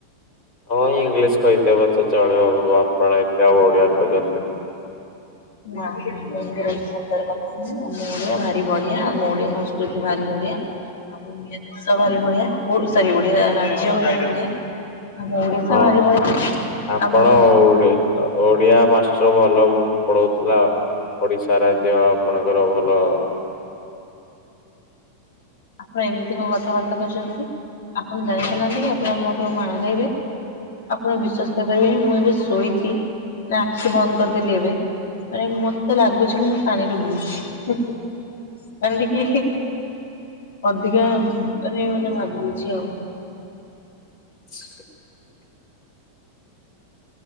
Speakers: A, on the left; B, on the left.
A: ହଁ ଇଂଲିଶ କହିଦେବ ଚ ଚଳିବ ଆପଣ ଏତେ ଆଉ ଓଡ଼ିଆ ଖୋଜନ୍ତ
B: ନା ମୁଁ ହିନ୍ଦୀରେ କଥା ନଁ ଆମ ଓଡିଆ ଭାରି ବଢିଆ ଆମ ଓଡିଆ ସଂସ୍କୃତି ଭାରି ବଢିଆ। ଆଉ ଓଡିଆ ଦେଶ ଭାରି ଵଢିଆ ଓ ସରି ଓଡିଆ ରାଜ୍ୟ ଭାରି ବଢ଼ିଆ। ଆମ ଓଡିଶା
A: ହଁ
B: ଭାରି ବଢ଼ିଆ
A: ଆପଣ
B: ଆମ
A: ଓଡି ଓଡିଆ ମାଷ୍ଟର ଭଲ ପଢଉଥିଲା ଆଉ। ଓଡିଶା ରାଜ୍ୟ ଆପଣଙ୍କର ଭଲ
B: ଆପଣ ଏମିତି କଣ କଥାବାର୍ତ୍ତା କରିଛନ୍ତି ଆପଣ ଜାଣିପାରୁନାହାନ୍ତି ଆପଣ ମୋଠୁ ମାଡ଼ ଖାଇବେ। ଆପଣ ବିଶ୍ୱାସ କରିପାରିବେନି ମୁଁ ଏବେ ଶୋଇଚି ଆଖି ବନ୍ଦ କରିଦେଲି ଏବେ ମାନେ ମତେ ଲାଗୁଛି କି ମୁଁ ପାଣିରେ ବୁଡ଼ୁଛି। ମାନେ ଟିକେ ହେ ଅଧିକା ମାନେ ମାନେ ଭାବୁଛି ଆଉ।
A: <inaudible>